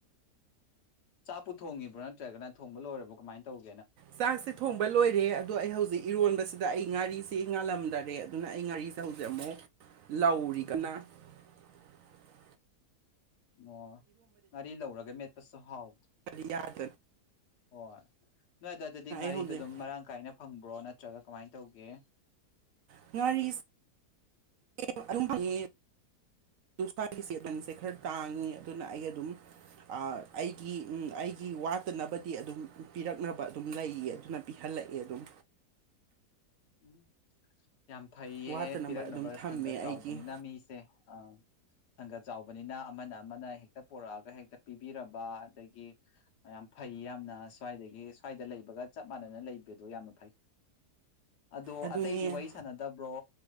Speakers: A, on the left (about 85°); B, on the right (about 70°).
A: ꯆꯥꯛꯄꯨ ꯊꯣꯡꯉꯤꯕ꯭ꯔꯣ ꯅꯠꯇ꯭ꯔꯒꯅ ꯊꯣꯡꯕ ꯂꯣꯏꯔꯕꯣ ꯀꯃꯥꯏꯅ ꯇꯧꯒ
B: ꯆꯥꯛꯁꯦ ꯊꯣꯡꯕ ꯂꯣꯏꯔꯦ ꯑꯗꯣ ꯑꯩ ꯍꯧꯖꯤꯛ ꯏꯔꯣꯟꯕꯁꯤꯗ ꯑꯗꯨꯗ ꯑꯩ ꯉꯥꯔꯤꯁꯤ ꯉꯥꯜꯂꯝꯗꯔꯦ ꯑꯗꯨꯅ ꯑꯩ ꯉꯥꯔꯤꯁꯦ ꯍꯧꯖꯤꯛ ꯑꯃꯨꯛ ꯂꯧꯔꯤꯒꯅ <unintelligible>
A: ꯑꯣ ꯉꯥꯔꯤ ꯂꯧꯔꯒ ꯃꯦꯠꯄꯁꯨ ꯍꯥꯎꯋ
B: ꯐꯌꯥꯗꯠ
A: ꯍꯣꯏ ꯅꯣꯏ ꯑꯗꯨ ꯑꯗꯨꯗꯤ ꯉꯥꯔꯤꯗꯣ
B: ꯍꯧꯖꯤꯛ
A: ꯑꯗꯨꯝ ꯃꯔꯥꯡ ꯀꯥꯏꯅ ꯐꯪꯕ꯭ꯔꯣ ꯅꯠꯇ ꯅꯠꯇ꯭ꯔꯒ ꯀꯃꯥꯏꯅ ꯇꯧꯒꯦ
B: ꯉꯥꯔꯤ <unintelligible> ꯅꯨꯡꯁꯥꯒꯤ ꯆꯦꯂꯪꯁꯦ ꯈꯔ ꯇꯥꯡꯉꯤ ꯑꯗꯨꯅ ꯑꯩ ꯑꯗꯨꯝ ꯑꯩꯒꯤ ꯑꯩꯒꯤ ꯋꯥꯠꯇꯅꯕꯗꯤ ꯑꯗꯨꯝ ꯄꯤꯔꯛꯅꯕ ꯑꯗꯨꯝ ꯂꯩꯌꯦ ꯑꯗꯨꯅ ꯄꯤꯍꯜꯂꯤ ꯂꯛꯑꯦ ꯑꯗꯨꯝ
A: ꯎꯝ ꯌꯥꯝ ꯐꯩꯌꯦ
B: ꯋꯥꯠꯇꯅꯕ
A: ꯄꯤꯔꯛꯅꯕ
B: ꯑꯗꯨꯝ ꯊꯝꯃꯦ
A: ꯁꯪꯒ
B: ꯑꯩꯒꯤ
A: ꯆꯥꯎꯕꯅꯤꯅ ꯃꯤꯁꯦ ꯑ ꯁꯪꯒ ꯆꯥꯎꯕꯅꯤꯅ ꯑꯃꯅ ꯑꯃꯅ ꯍꯦꯛꯇ ꯄꯨꯔꯛꯑꯒ ꯍꯦꯛꯇ ꯄꯤꯕꯤꯔꯕ ꯑꯗꯒꯤ ꯌꯥꯝ ꯐꯩ ꯌꯥꯝꯅ ꯁ꯭ꯋꯥꯏꯗꯒꯤ ꯁ꯭ꯋꯥꯏꯗ ꯂꯩꯕꯒ ꯆꯞ ꯃꯥꯟꯅꯅ ꯂꯩꯕꯗꯣ ꯌꯥꯝꯅ ꯐꯩ ꯑꯗꯣ
B: ꯑꯗꯨꯅꯦ
A: ꯑꯇꯩꯗꯤ ꯋꯥꯔꯤ ꯁꯥꯟꯅꯗꯕ꯭ꯔꯣ